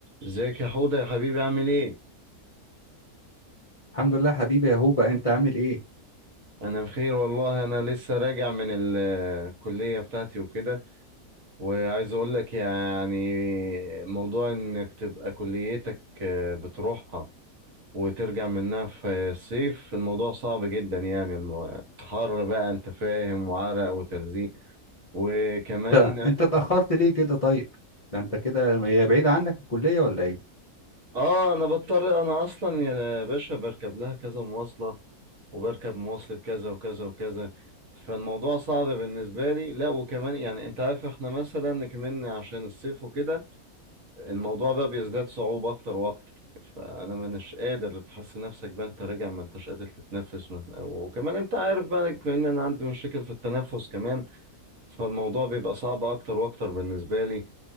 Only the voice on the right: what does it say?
ازيك يا حوده يا حبيبي عامل ايه
انا بخير والله انا لسه راجع من ال- الكليه بتاعتي وكده وعايز اقول لك يعني موضوع انك تبقى كليتك آه، بتروحها وترجع منها في الصيف الموضوع صعب جدا يعني الم- حر بقى انت فاهم وعرق وتلزيق وكمان
اه انا بضطر انا اصلا يا باشا بركب لها كذا مواصلة وبركب مواصلة كذا وكذا وكذا فالموضوع صعب بالنسبة لي لا وكمان يعني انت عارف احنا مثلا كمان عشان الصيف وكده الموضوع بقى بيزداد صعوبة اكتر واكتر فانا مانيش قادر تحس نفسك بقى انت راجع ما انتش قادر تتنفس مثلا وكمان انت عارف بقى ان انا عندي مشاكل في التنفس كمان فالموضوع بيبقى صعب اكتر واكتر بالنسبة لي